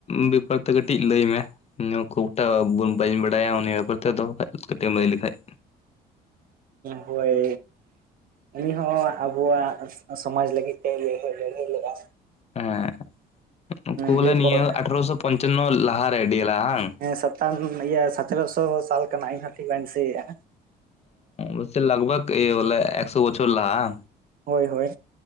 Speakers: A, on the left; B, on the right.
A: ᱵᱮᱯᱟᱨ ᱛᱮᱫ ᱠᱟᱹᱴᱤᱡ ᱞᱟᱹᱭ ᱢᱮ ᱤᱧ ᱠᱷᱩᱵᱴᱟᱜ ᱵᱟᱹᱧ ᱵᱟᱲᱟᱭᱟ ᱩᱱᱤ ᱵᱮᱯᱟᱨ ᱛᱚ ᱠᱟᱹᱴᱤᱡ ᱮᱢ ᱞᱟᱹᱭ ᱞᱟᱹᱭ ᱞᱮᱠᱷᱟᱡ
B: ᱦᱳᱭ ᱩᱱᱤ ᱦᱚᱸ ᱟᱵᱚᱣᱟᱜ ᱥᱚᱢᱟᱡᱽ ᱞᱟᱹᱜᱤᱫ ᱛᱮᱭ ᱞᱟᱹᱲᱦᱟᱹᱭ, ᱞᱟᱹᱲᱦᱟᱹᱭ ᱞᱮᱫᱟ᱾
A: ᱦᱮᱸ ᱩᱱᱠᱩ ᱵᱚᱞᱮ
B: ᱫᱤᱭᱮᱯᱚᱨ
A: ᱱᱤᱭᱟᱹ ᱟᱴᱷᱨᱚᱥᱚ ᱯᱚᱧᱪᱟᱱᱱᱚ ᱞᱟᱦᱟᱨ ᱰᱤᱞᱟᱝ
B: ᱦᱮᱸ ᱥᱟᱛᱟᱢ ᱤᱭᱟᱹ ᱥᱚᱛᱨᱚ ᱥᱚ ᱥᱟᱞ ᱠᱟᱱᱟ ᱤᱧᱦᱚ ᱴᱷᱤᱠ ᱵᱟᱸᱧ ᱫᱤᱥᱟᱹᱭᱮᱜᱟ᱾
A: ᱩ ᱞᱟᱜ - ᱵᱷᱟᱜ ᱤᱭᱟᱹ ᱵᱚᱞᱮ ᱮᱠᱥᱚ ᱵᱚᱪᱚᱨ ᱞᱟᱦᱟ
B: ᱦᱳᱭ ᱦᱳᱭ